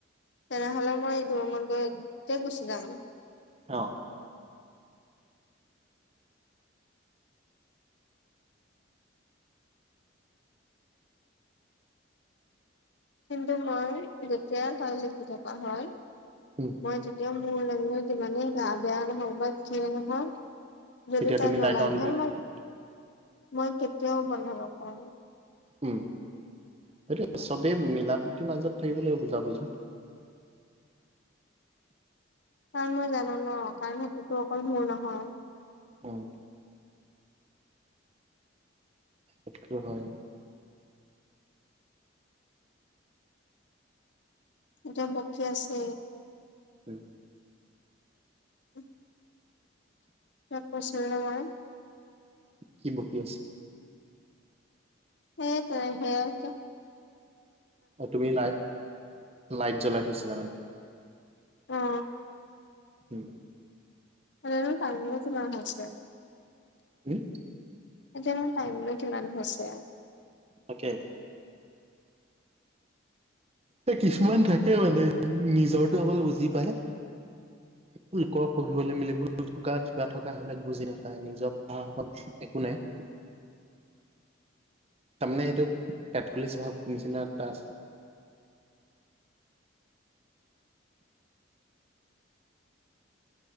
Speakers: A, on the left (about 60°); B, on the right (about 30°).
A: তেনেহ'লে মই ৰুমত গৈ গুচি যাম।
B: অ
A: কিন্তু মই যেতিয়াাই তাত লিখি থকা হয়।
B: উম
A: মই যেতিয়া মোৰ লাগিলে যিমানেই গা বেয়া নহওক বা যিয়ে নহওক। যদি
B: তেতিয়া
A: তাই
B: তুমি
A: জ্বলাই
B: লাইট অন
A: থৈ
B: কৰি থব
A: মই
B: লাগিব
A: মই কেতিয়াও বন্ধ নকৰো।
B: উম সেইটো চবেই মিলা প্ৰীতিৰ মাজত থাকিব লাগিব বুজাবুজি।
A: কাৰণ মই জানো ন কাৰণ সেইটোতো অকল মোৰ নহয়।
B: উম সেইটো হয়।
A: এতিয়া বকী আছে।
B: উম।
A: <unintelligible> তাক কৈছিলোনে মই।
B: কি বকি আছে।
A: সেই তেনে সেইয়াটো।
B: অ তুমি লাইট, লাইট জ্বলাই থৈছিলা মানে।
A: অ
B: উম,
A: এনেনো তাই <unintelligible>
B: উম।
A: এতিয়ানো টাইমনো কিমান হৈছে?
B: তাকে। এ কিছুমান থাকে মানে নিজৰটো অকল বুজি পায়। একো ইক পঢ়িবলে মিলিব থকা কিবা থকা সেইবিলাক বুজি নাপায় নিজৰ পঢ়া সময়ত, একো নাই। তামানে এইটোত পেতকুলি স্বভাৱ নিচিনা এটা আছে।